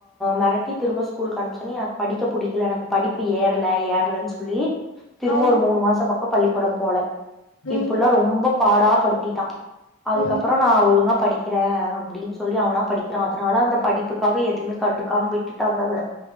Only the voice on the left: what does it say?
ஆ ஆ
ம்
ம்